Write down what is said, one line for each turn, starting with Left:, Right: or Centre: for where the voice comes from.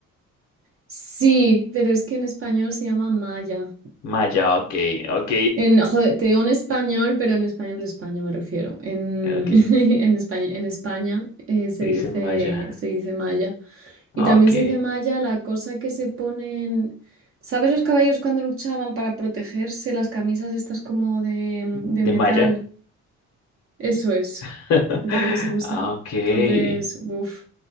Right: Sí, pero es que en español se llama malla.
Left: Maya, ok, ok,
Right: En, joder, te digo en español, pero en español de España me refiero. En,
Left: <laughs> ok.
Right: <laughs> en España, en España eh, se
Left: Dice
Right: dice,
Left: Maya,
Right: se dice malla. Y
Left: ah,
Right: también
Left: ok.
Right: se dice malla la cosa que se ponen. ¿Sabes los caballos cuando luchaban para protegerse? Las camisas estas como de,
Left: De
Right: de metal.
Left: Maya.
Right: Eso es.
Left: <laughs>
Right: También se usa.
Left: Ah, ok.
Right: Entonces, uff.